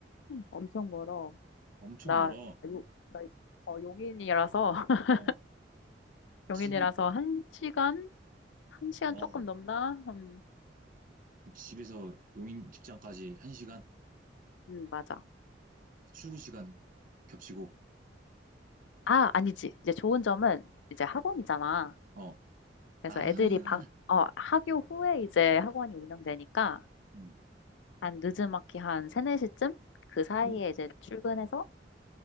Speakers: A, on the left (about 80°); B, on the right (about 50°).
A: 엄청 멀어.
B: 엄청
A: 나,
B: 멀어.
A: 요, 나, 어, 용인이라서, <laughs>
B: 어,
A: 용인이라서
B: 집이
A: 한 시간? 한 시간
B: 와,
A: 조금 넘나? 음,
B: 그 집에서 용인 직장까지 한 시간
A: 음, 맞아.
B: 출근 시간 겹치고.
A: 아, 아니지. 이제 좋은 점은 이제 학원이잖아.
B: 어.
A: 그래서
B: 아.
A: 애들이 방, 어, 학교 후에 이제 학원이 운영되니까
B: 음.
A: 한 늦음막히 한 세네 시쯤그 사이에
B: 오,
A: 이제 출근해서